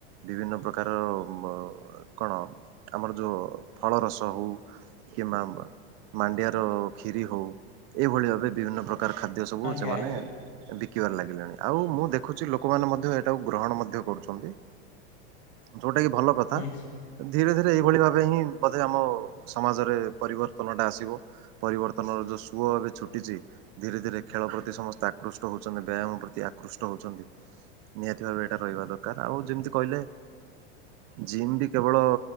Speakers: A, on the right (about 45°); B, on the left (about 65°).
A: ବିଭିନ୍ନ ପ୍ରକାର ମ କଣ ଆମର ଯୋଉ ଫଳ ରସ ହୋଉ କିମ୍ବା ମାଣ୍ଡିଆର ଖିରି ହୋଉ ଏଇଭଳି ଭାବେ ବିଭିନ୍ନ ପ୍ରକାର ଖା ଦ୍ୟ ସବୁ
B: ଆଜ୍ଞା
A: ସେମାନେ
B: ଆଜ୍ଞା
A: ବିକିବାର ଲାଗି ହେଲାଣି ଆଉ ମୁଁ ଦେଖୁଚି ଲୋକମାନେ ମଧ୍ୟ ଏଇଟାକୁ ଗ୍ରହଣ ମଧ୍ୟ କରୁଚନ୍ତି। ଯୋଉଟା କି ଭଲ କଥା।
B: ନିଶ୍ଚୟ
A: ଧୀରେ ଧୀରେ ଏଇଭଳି ଭାବେ ହିଁ ବୋଧେ ଆମ ସମାଜରେ ପରିବର୍ତ୍ତନଟା ଆସିବ। ପରିବର୍ତ୍ତନର ଯୋଉ ସୁଅ ଏବେ ଛୁଟିଚି ଧୀରେ ଧୀରେ ଖେଳ ପ୍ରତି ସମସ୍ତେ ଆକୃଷ୍ଟ ହୋଉଚନ୍ତି ବ୍ୟାୟାମ। ପ୍ରତି ଆକୃଷ୍ଟ ହୋଉଛନ୍ତି ନିହାତି ଭାବେ ଏଇଟା ରହିବା ଦରକାର ଆଉ ଯେମିତି କହିଲେ। ଜିମ୍ ବି କେବଳ